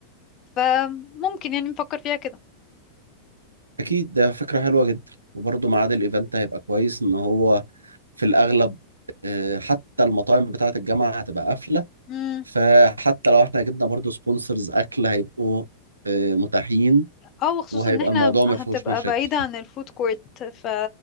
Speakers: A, on the left; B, on the right.
A: فممكن يعني نفكر فيها كده
B: أكيد ده فكرة حلوة جدا وبرضه ميعاد الايفنت هيبقى كويس إن هو في الأغلب آه، حتى المطاعم بتاعة الجامعة هتبقى قافلة
A: امم
B: فحتى لو احنا جبنا برضه سبونسرز أكل هيبقوا آه، متاحين
A: او خصوصا
B: وهيبقى
A: ان احنا
B: الموضوع ما فيهوش
A: هتبقى
B: مشاكل
A: بعيدة عن الفود كورت ف...